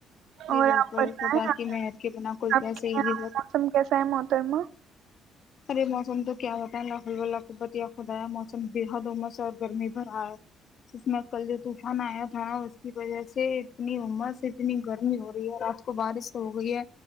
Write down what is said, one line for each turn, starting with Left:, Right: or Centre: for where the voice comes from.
Left: جی
Right: اور
Left: بالکل
Right: آپ بتائیں
Left: خدا
Right: آپ
Left: کی میں ہیر کے بنا کوئی
Right: آپ
Left: کیسے
Right: کے یہاں
Left: ہی جز
Right: موسم کیسا ہے محترمہ
Left: ارے موسم تو کیا بتائیں الہ اللہ قبت خدایا موسم بے حد امس اور گرمی بھر آا ہے اس میں کل جو طوفان آیا تھا ن اس کی وجہ سے اتنی امس اتنی گرمی ہو رہی ہے رات کو بارش ہو گئی ہے